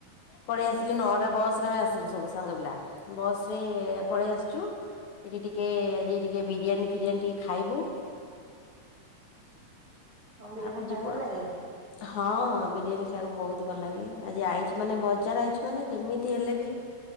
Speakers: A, on the left (about 70°); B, on the right (about 45°).
A: ପଳେଇ ଆସିଲି ନଅଟା ବସରେ ଆମେ ଆସିଲୁ ସବୁ ସାଙ୍ଗ ପିଲା। ବସ ରେ ପଳେଇ ଆସିଛୁ ଏଠି ଟିକେ ଆଜି ଟିକେ ବିରିୟାନୀ ଫିରିଆନି ଟିକେ ଖାଇବୁ।
B: ତମକୁ ବିରିୟାନୀ
A: ତାପରେ
B: ଖାଇବାକୁ
A: ଯିବୁ
B: ଭଲ
A: ଆଉ।
B: ଲାଗେ?
A: ହଁ ବିରିୟାନୀ ଖାଇବାକୁ ବହୁତ ଭଲ ଲାଗେ ଆଜି ଆଇଛି ମାନେ ବଜାର ଆଇଛି ମାନେ ଯେମିତି ହେଲେ ବି